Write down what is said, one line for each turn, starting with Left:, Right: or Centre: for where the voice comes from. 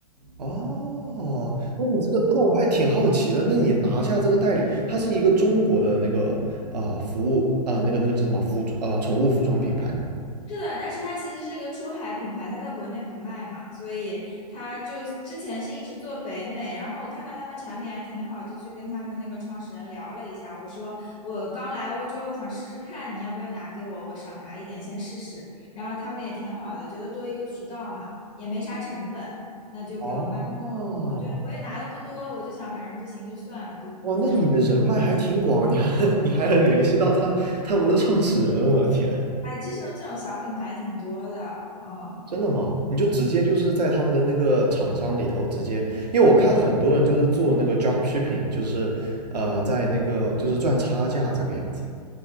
Right: 哦，那你这个，那我还挺好奇的。那你拿下这个代理，它是一个中国的那个啊、呃服务啊、呃那个那个叫什么服啊、呃宠物服装品牌吗？
Left: 是的，但是它其实是个出海品牌，它在国内不卖嘛，所以它就之前是一直做北美，然后我看到他们产品还挺好，就去跟他们那个创始人聊了一下，我说我刚来欧洲，我想试试看，你要不要拿给我，我少拿一点先试试，然后他们也挺好的，觉得多一个渠道嘛，也没啥成本，那就给我卖，
Right: 哦，
Left: 我就我也拿的不多，我就想反正不行就算了，就尝试，
Right: 哇，那你的人脉还挺广，你还 <laughs> 你还能联系到他他们的创始人，我的天，
Left: 哎，这种这种小品牌挺多的，嗯。
Right: 真的吗？你就直接就是在他们的那个厂商里头直接，因为我看很多人就是做那个 drop shipping，就是呃在那个就是赚差价这个样子。